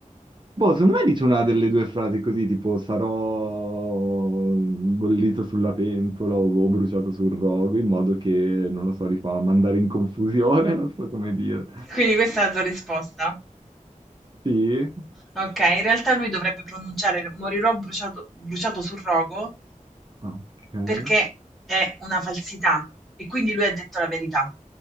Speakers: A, on the right (about 35°); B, in the centre.
A: boh, secondo me dice una delle due frasi così, tipo, sarò bollito sulla pentola o, o bruciato sul rogo, in modo che, non lo so, li fa mandare in confusione, <laughs> non so come dire.
B: Quindi questa è la tua risposta?
A: Sì,
B: Ok, in realtà lui dovrebbe pronunciare morirò bruciato, bruciato sul rogo
A: ok.
B: perché è una falsità e quindi lui ha detto la verità